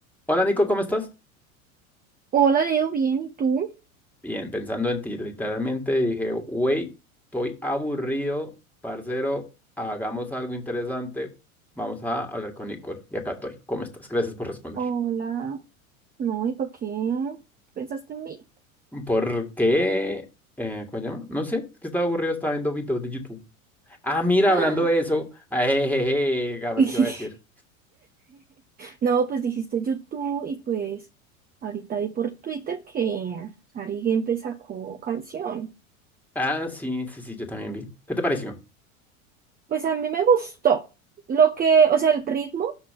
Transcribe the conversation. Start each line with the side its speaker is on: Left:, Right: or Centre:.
Centre: Hola Nico, ¿cómo estás?
Right: Hola, Leo, bien, ¿y tú?
Centre: Bien, pensando en ti, literalmente dije, wey, estoy aburrido, parcero, hagamos algo interesante, vamos a hablar con Nicole. Y acá estoy, ¿cómo estás? Gracias por responder.
Right: Hola, no, ¿y por qué pensaste en mí?
Centre: ¿Por qué? Eh, ¿cómo se llama? No sé, es que estaba aburrido, estaba viendo videos de YouTube. Ah, mira,
Right: ¡Ah!
Centre: hablando de eso, ah, jejeje, a ver
Right: <laughs>
Centre: qué iba a decir.
Right: No, pues dijiste YouTube y pues ahorita vi por Twitter que Ari Gameplay sacó canción.
Centre: Ah, sí, sí, sí, yo también vi. ¿Qué te pareció?
Right: Pues a mí me gustó. Lo que, o sea, el ritmo